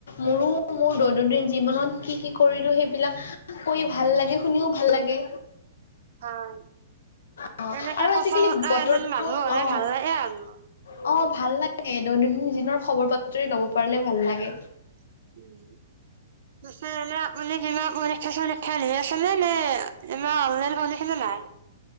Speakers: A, on the left; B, on the right.
A: মোৰো মোৰ দৈনন্দিন জীৱনত কি কি কৰিলো সেইবিলাক কৈও ভাল লাগে, শুনিও ভাল লাগে।
B: হয়,
A: অ'
B: এনেকে
A: আৰু
B: কথা
A: আজিকালি
B: বতা
A: বতৰটো
B: এজন মানুহ হলে
A: অ'
B: ভাল লাগে আৰু।
A: অ', ভাল লাগে, দৈনন্দিন দিনৰ খবৰ বাতৰি ল'ব পাৰিলে ভাল লাগে।
B: <unintelligible> <unintelligible>